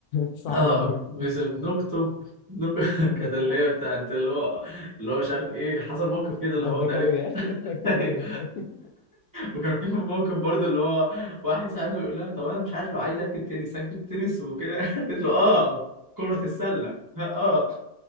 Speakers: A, on the left; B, on the right.
A: <laughs> صعبة
B: <laughs> اه
A: قوي
B: بس بنكتب نك- <laughs>
A: <laughs>
B: كانت اللي هي بتاعت اللي هو اللي هو مش عارف ايه حصل موقف كده اللي
A: مادة
B: هو تقريبا
A: كاوية <laughs>
B: <laughs>
A: فاكر
B: أيوه.
A: مادة كاوية
B: وكان في موقف برضه اللي هو واحد صاحبنا بيقول لها طب انا مش عارف لو عايز اكتب تنس اكتب تنس وكده <laughs> قلت له اه كرة السلة <laughs> اه